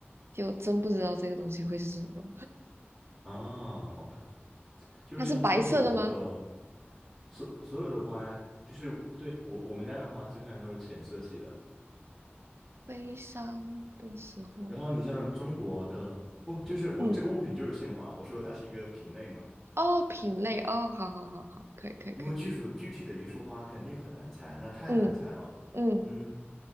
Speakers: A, on the right; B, in the centre.
A: 就我真不知道这个东西会是什么。
B: 啊，好吧，就是像中国的
A: 它是白色的吗？
B: 所所有的花，就是对我我们家的花基本上都是浅色系的，
A: 悲伤的时候，
B: 然后你像中国的，不，就是我这个物品就是鲜花，
A: 嗯，
B: 我说它是一个品类嘛，
A: 哦，品类，哦，好好好好，可以可以可以，
B: 因为具属具体的一束花肯定很难猜，那太难猜了。
A: 嗯嗯，
B: 嗯，